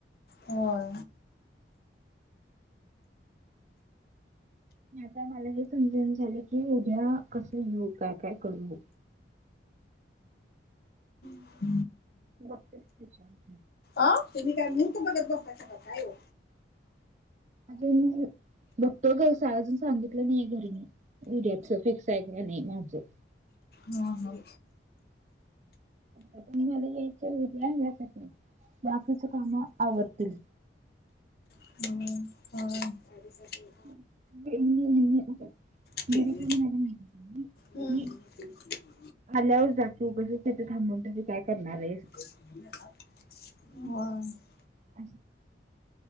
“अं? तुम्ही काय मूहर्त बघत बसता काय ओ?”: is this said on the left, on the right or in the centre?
Left